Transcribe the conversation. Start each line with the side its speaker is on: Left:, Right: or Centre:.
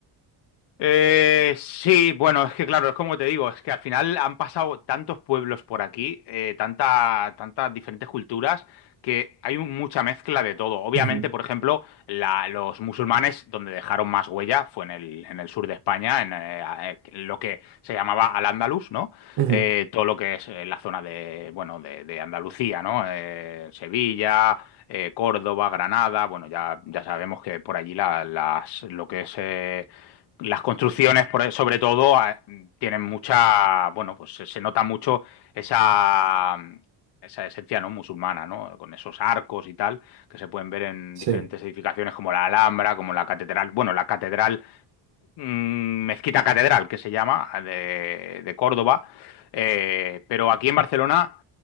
Left: Eh, sí, bueno, es que claro, es como te digo, es que al final han pasado tantos pueblos por aquí, eh, tanta, tantas diferentes culturas, que hay un- mucha mezcla de todo. Obviamente,
Right: Ujú,
Left: por ejemplo, la- los musulmanes, donde dejaron más huella, fue en el, en el sur de España, en, eh, a- eh, lo que se llamaba Al-Ándalus, ¿no?
Right: ujú,
Left: Eh, todo lo que es eh, la zona de, bueno, de, de Andalucía, ¿no? Eh, Sevilla eh, Córdoba, Granada, bueno, ya, ya sabemos que por allí la- las, lo que es eh, las construcciones, por- e, sobre todo, a- tienen mucha, bueno, pues se, se nota mucho esa, esa esencia no musulmana, ¿no? Con esos arcos y tal, que se pueden ver en
Right: sí,
Left: diferentes edificaciones como la Alhambra, como la catedral. Bueno, la catedral mm, Mezquita Catedral, que se llama, de, de Córdoba. Eh, pero aquí en Barcelona,